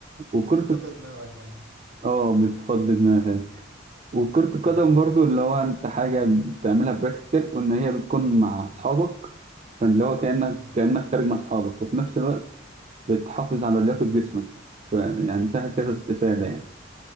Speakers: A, on the right; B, on the right.
A: وكرة
B: بتفضي دماغك يعني
A: اه بتفضي دماغك وكرة
B: مم.
A: القدم برضو اللي هو انت حاجة بتعملها براكتيكال وان هي بتكون مع اصحابك فاللي هو كأنك
B: مم.
A: كأنك خارج مع اصحابك وفي نفس الوقت بتحافظ على لياقة جسمك ف- يعني فيها كذا استفادة يعني